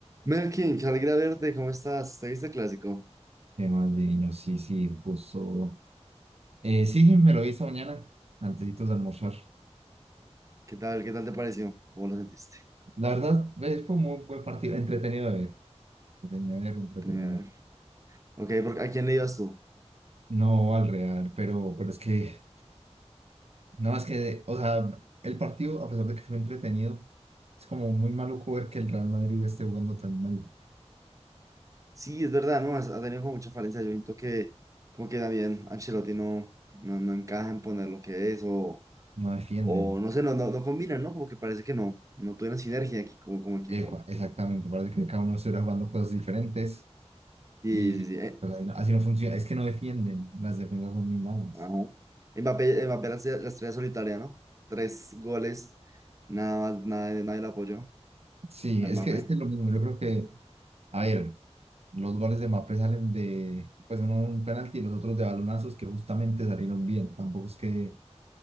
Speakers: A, on the right (about 30°); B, on the right (about 65°).
A: Melkin, qué alegría verte, ¿cómo estás? ¿Te viste el clásico?
B: Qué más divino, sí, sí, justo. Eh, sí, me lo vi esta mañana, antesitos de almorzar.
A: ¿Qué tal? ¿Qué tal te pareció? ¿Cómo lo sentiste?
B: La verdad, eh, fue un muy buen partido, entretenido de ver, entretenido de ver, entretenido
A: Tenía
B: de
A: que ver.
B: ver.
A: Ok, porque ¿a quién le ibas tú?
B: No al Real, pero, pero es que, no, es que, o sea, el partido, a pesar de que fue entretenido, es como muy maluco ver que el Real Madrid esté jugando tan mal.
A: Sí, es verdad, ¿no? Has- Ha tenido como mucha falencia. Yo siento que como que también Ancelotti no, no, no encaja en poner lo que es o,
B: No defienden.
A: o no sé, no, no, no combina, ¿no? Como que parece que no, no tuvieron sinergia aquí como, como equipo.
B: Epa, exactamente, parece que cada uno estuviera jugando cosas diferentes
A: Y
B: y
A: sí, sí, eh,
B: pues, así no así no funciona. Es que no defienden, las defensas son muy malas.
A: ajá. Mbappé, Mbappé la, estrella la estrella solitaria, ¿no? Tres goles, nada más, nada, nadie le apoyó
B: Sí,
A: a
B: es
A: Mbappé.
B: que es que lo mismo. Yo creo que, a ver, los goles de Mbappé salen de, pues uno de un penalti y los otros de balonazos que justamente salieron bien. Tampoco es que